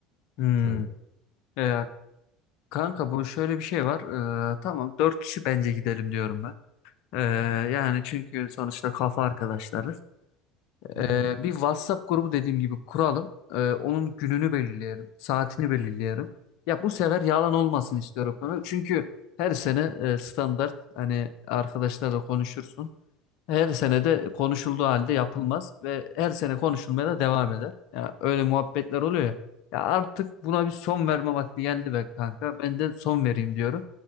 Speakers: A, on the left; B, on the right.
A: Hmm.
B: sana.
A: E, kanka bu şöyle bir şey var. E, tamam 4 kişi bence gidelim diyorum ben. E, yani çünkü sonuçta kafa arkadaşlarız. E,
B: Hı hı.
A: bir WhatsApp grubu dediğim gibi kuralım. E, onun gününü belirleyelim. Saatini belirleyelim. Ya bu sefer yalan olmasın istiyorum konu. Çünkü her sene e, standart hani arkadaşlarla konuşursun. Her sene de konuşulduğu halde yapılmaz ve her sene konuşulmaya da devam eder. Ya öyle muhabbetler oluyor ya. Ya artık buna bir son verme vakti geldi be kanka. Ben de son vereyim diyorum.